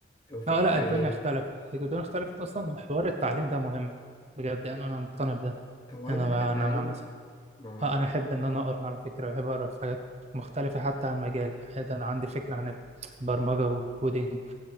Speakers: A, on the left; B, on the right.
A: هو فين
B: اه
A: التأهيل
B: لا الدنيا اختلفت الدنيا اختلفت اصلا وحوار التعليم ده مهم بجد يعني انا مقتنع بده
A: هو
B: انا
A: اهم حاجة التعليم
B: انا مثلا
A: ما
B: اه انا احب
A: هو
B: ان انا اقرا على فكره بحب اقرا في حاجات مختلفه حتى عن مجالي يعني ده انا عندي فكره عن البرمجه والكودينج